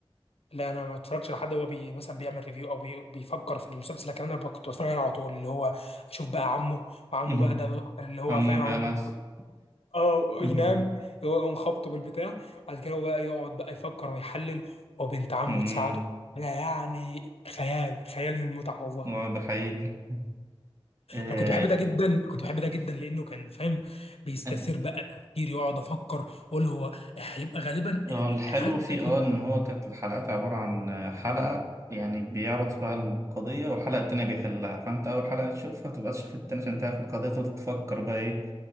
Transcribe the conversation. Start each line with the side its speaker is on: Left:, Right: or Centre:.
Left: لا انا ما بتفرجش على حد هو بي مثلا بيعمل ريفيو او بي بيفكر في المسلسل لكن انا ب- كنت بتفرج عليه على طول اللي هو اشوف بقى عمه وعمه
Right: مهم.
Left: بقى ده اللي اللي هو
Right: عمو
Left: فاهم عامل
Right: بأنس
Left: نفسه <laughs> اه
Right: مهم.
Left: ينام هو يقوم خبطه بالبتاع بعد كده هو بقى يقعد بقى يفكر ويحلل وبنت عمه
Right: مم.
Left: تساعده انا يعني خيال خيال من المتعه والله
Right: هو ده حقيقي آه،
Left: انا كنت بحب ده جدا كنت بحب ده جدا لانه كان فاهم بيستثير
Right: آه،
Left: بقى تفكير يقعد افكر اقول هو هيبقى غالبا
Right: هو الحلو
Left: حاله
Right: فيه
Left: القتل
Right: اه إن هو كانت الحلقات عبارة عن حلقة يعني بيعرض فيها القضية والحلقة التانية بيحلها فأنت أول حلقة تشوفها تبقى تشوف التانية عشان تعرف القضية تقعد تفكر بقى إيه